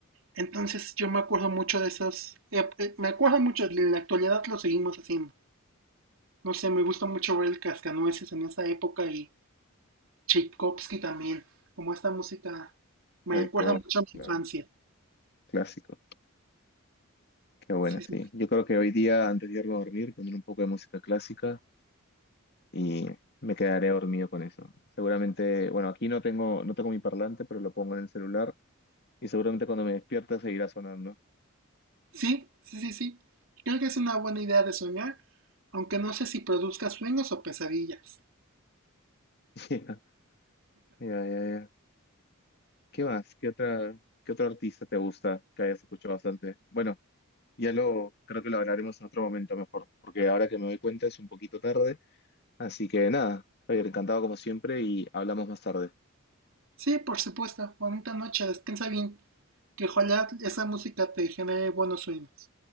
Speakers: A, on the right (about 70°); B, on the left (about 50°).
A: Entonces yo me acuerdo mucho de esos, eh, eh, me acuerdo mucho, en la actualidad lo seguimos haciendo. No sé, me gusta mucho ver el Cascanueces en esa época y Tchaikovsky también, como esta música me
B: Rykov,
A: recuerda mucho a mi
B: claro,
A: infancia.
B: clásico, qué buena,
A: Sí,
B: sí.
A: sí,
B: Yo creo que hoy día antes de irme a dormir poner un poco de música clásica y me quedaré dormido con eso. Seguramente, bueno, aquí no tengo, no tengo mi parlante, pero lo pongo en el celular y seguramente cuando me despierta seguirá sonando.
A: sí, sí, sí, sí. Creo que es una buena idea de soñar, aunque no sé si produzca sueños o pesadillas.
B: <laughs> Ya, ya, ya, ya. ¿Qué más? ¿Qué otra, qué otro artista te gusta que hayas escuchado bastante? Bueno, ya lo, creo que lo hablaremos en otro momento mejor, porque ahora que me doy cuenta es un poquito tarde. Así que nada, Javier, encantado como siempre y hablamos más tarde.
A: Sí, por supuesto, bonita noche, descansa bien, que ojalá esa música te genere buenos sueños.